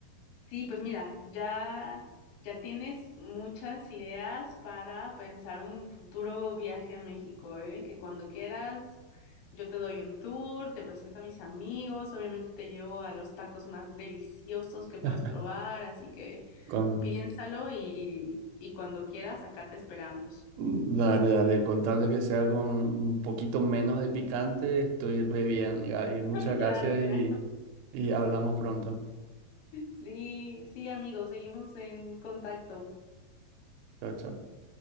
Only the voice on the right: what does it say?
<laughs>
Con,
dale, dale, con tal de que sea con un poquito menos de picante, estoy re bien, Gaby. Muchas
gracias
y, y hablamos pronto.
Chao, chao.